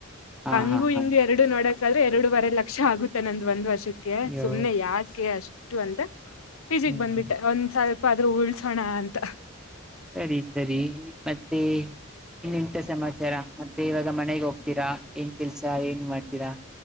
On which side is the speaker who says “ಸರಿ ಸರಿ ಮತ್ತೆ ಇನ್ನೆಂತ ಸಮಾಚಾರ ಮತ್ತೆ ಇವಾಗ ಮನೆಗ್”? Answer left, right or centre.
Centre